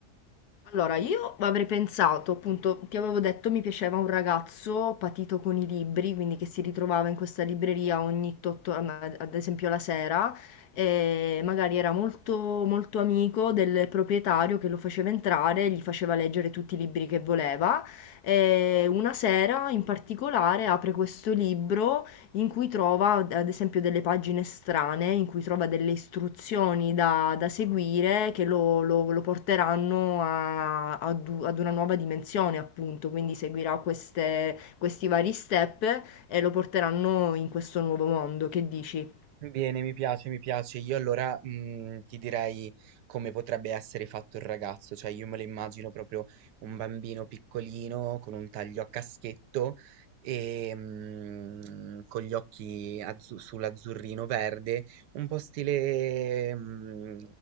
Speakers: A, on the left (about 65°); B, on the right (about 80°).
A: Allora, io avrei pensato, appunto, ti avevo detto mi piaceva un ragazzo patito con i libri, quindi che si ritrovava in questa libreria ogni tot, ad esempio la sera, e magari era molto, molto amico del proprietario che lo faceva entrare, gli faceva leggere tutti i libri che voleva. E una sera in particolare apre questo libro in cui trova ad esempio delle pagine strane, in cui trova delle istruzioni da, da seguire che lo, lo- lo porteranno a- ad, u- ad una nuova dimensione, appunto. Quindi seguirà queste- questi vari step e lo porteranno in questo nuovo mondo. Che dici?
B: Bene, mi piace, mi piace. Io allora mm, ti direi come potrebbe essere fatto il ragazzo, cioè io me lo immagino proprio un bambino piccolino con un taglio a caschetto e mm, con gli occhi azzu- sull'azzurrino verde, un po' stile mm,